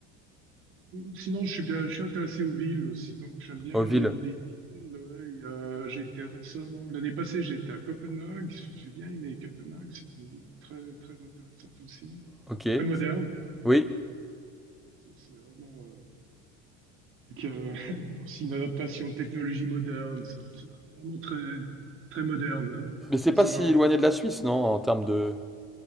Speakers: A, on the right; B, in the centre.
A: sinon, je suis bien, je suis intéressé aux villes aussi, donc j'aime bien
B: Oh, ville,
A: aller dans des villes. ouais. Il y a- j'étais récemment, l'année passée, j'étais à Copenhague. J'ai bien aimé Copenhague. C'est une ville très, très intéressante aussi,
B: ok,
A: très moderne.
B: oui.
A: C'est c'est vraiment euh, avec, euh, <laughs> aussi une adaptation aux technologies modernes. C'est vraiment très, très moderne. hein.
B: Mais c'est pas
A: Ils
B: si
A: ont
B: éloigné de la Suisse, non, en termes de,